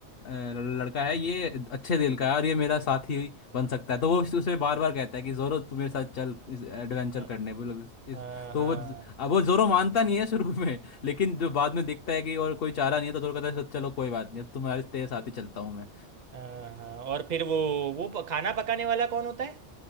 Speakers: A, on the left; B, on the right.
A: अ, लड़का है ये अच्छे दिल का है और ये मेरा साथी बन सकता है तो वो उस- उसे बार बार कहता है कि जोरो तू मेरे साथ चल इस एडवेंचर
B: हाँ
A: करने बोलो इस
B: हाँ
A: तो
B: हाँ
A: वो अब वो जोरो मानता नहीं है शुरू <laughs> में लेकिन जो बाद में दिखता है कि और कोई चारा नहीं है तो जोरो कहता है चलो कोई बात नहीं अब तुम्हारे तेरे साथ ही चलता हूँ मैं
B: हाँ, हाँ। और फिर वो वो प- खाना पकाने वाला कौन होता है